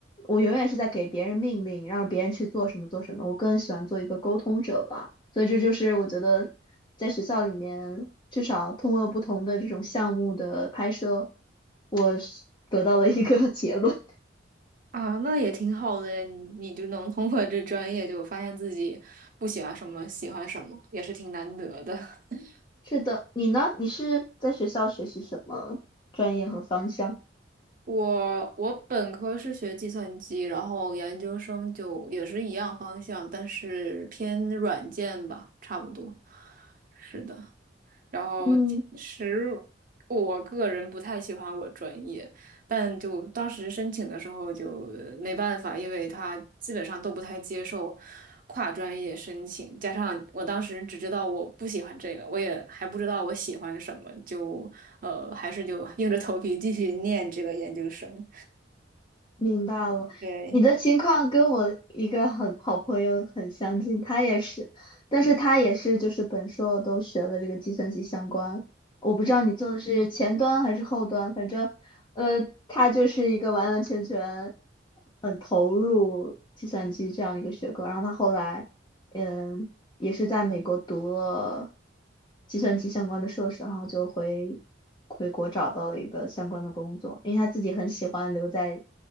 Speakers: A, on the left (about 25°); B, on the right (about 50°).
A: 我永远是在给别人命令，让别人去做什么做什么。我更喜欢做一个沟通者吧。所以这就是我觉得在学校里面，至少通过不同的这种项目的拍摄，我是得到了一个 <laughs> 结论。
B: 啊，那也挺好的呀，你你就能通过这专业就发现自己不喜欢什么，喜欢什么，也是挺难得的。<laughs>
A: <laughs> 是的，你呢？你是在学校学习什么专业和方向？
B: 我我本科是学计算机，然后研究生就也是一样方向，但是偏软件吧，差不多。是的。然后其实
A: 嗯。
B: 我个人不太喜欢我专业，但就当时申请的时候就呃没办法，因为他基本上都不太接受跨专业申请，加上我当时只知道我不喜欢这个，我也还不知道我喜欢什么，就呃还是就硬着头皮继续念这个研究生。
A: 明白了，
B: 对，
A: 你的情况跟我一个很好朋友很相近，他也是，但是他也是就是本硕都学的这个计算机相关，我不知道你做的是前端还是后端，反正，呃，他就是一个完完全全很投入计算机这样一个学科，然后他后来，嗯，也是在美国读了计算机相关的硕士，然后就回回国找到了一个相关的工作，因为他自己很喜欢留在，